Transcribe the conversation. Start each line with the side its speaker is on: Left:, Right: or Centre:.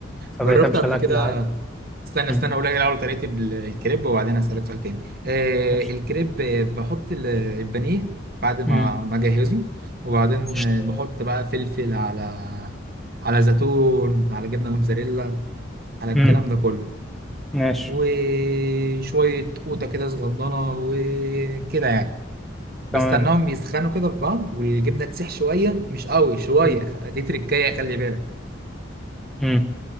Centre: فبقيت
Right: جربت
Centre: امشي
Right: قبل
Centre: على
Right: كده
Centre: الاكل العادي
Right: استنى
Centre: مم.
Right: استنى أقول لك الأول طريقة ال- الكريب وبعدين أسألك سؤال تاني آه
Centre: قشطة.
Right: الكريب آه، بحط ال- البانيه بعد ما
Centre: مم.
Right: ما أجهزه وبعدين
Centre: قشطة.
Right: آه، بحط بقى فلفل على على زيتون على جبنة موتزاريلا على الكلام
Centre: مم.
Right: ده كله
Centre: ماشي
Right: وشوية قوطة كده صغننة وكده يعني بستناهم
Centre: تمام
Right: بيسخنوا كده في بعض والجبنة تسيح شوية مش قوي شوية
Centre: مم.
Right: دي تركاية خلي بالك
Centre: مم.